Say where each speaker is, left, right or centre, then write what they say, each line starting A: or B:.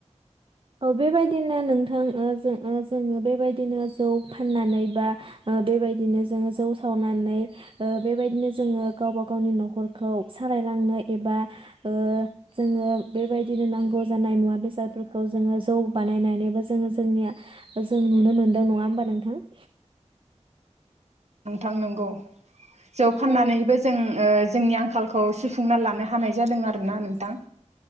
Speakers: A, on the right (about 45°); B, on the right (about 65°).
A: औ बेबायदिनो नोंथां ओ जो जोङो बेबायदिनो जौ फाननानै बा ओ ओ बेबायदिनो जोङो जौ सावनानै ओ बेबायदिनो जोङो गावबा गावनि न'खरखौ सारा लांनो एबा ओ जोङो बेबायदिनो नांगौ जानाय मुवा बेसादफोर खौ जोङो जौ बानायनानैबो जोङो जोंनिया जों नुनो मोनदों नङा होमबा नोंथां? <inaudible>
B: नोंथां नोंगौ जौ फाननानैबो
A: औ
B: जों ओ जोंनि आं खालखौ सुफुंना लानो हानाय जादों आरो ना नोंथां।